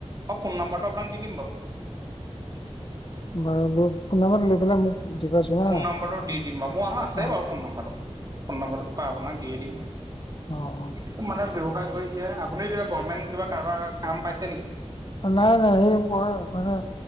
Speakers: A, on the right; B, on the left.
A: মই ফোন নম্বাৰটো আপোনাক দি দিম বাৰু <inaudible>
B: বাৰু মোক ফোন নাম্বাৰটো লৈ পেল মোক। দিবাচোন হা
A: ফোন নাম্বৰটো দি দিম বাৰু মোৰ আছে
B: অ',
A: বাৰু ফোন নম্বাৰটো ফোন নম্বাৰটো পাই আপোনাক দিয়ে দিম।
B: অ অ
A: খুব মানে ব্যৱসায় কৰিছে আপুনি কিবা গভৰ্মেণ্ট কিবা কাৰোবাৰ কাম পাইছে নেকি।
B: নাই নাই এই মই মানে